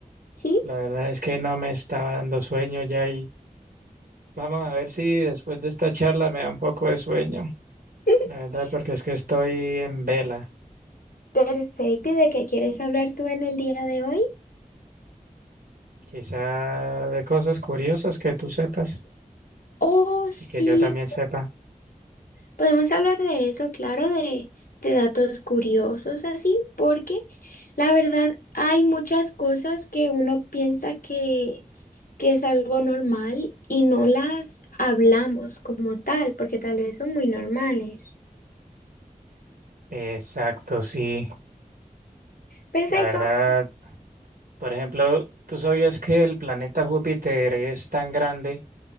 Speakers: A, on the left; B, on the right.
A: Sí,
B: la verdad es que no me estaba dando sueño ya y vamos a ver si después de esta charla me da un poco de sueño,
A: <laughs>
B: la verdad, porque es que estoy en vela,
A: perfecto. ¿Y de qué quieres hablar tú en el día de hoy?
B: quizá de cosas curiosas que tú sepas
A: Oh, sí.
B: y que yo también sepa.
A: Podemos hablar de eso, claro, de, de datos curiosos así, porque la verdad hay muchas cosas que uno piensa que, que es algo normal y no las hablamos como tal, porque tal vez son muy normales.
B: Exacto, sí,
A: Perfecto.
B: la verdad, por ejemplo, ¿tú sabías que el planeta Júpiter es tan grande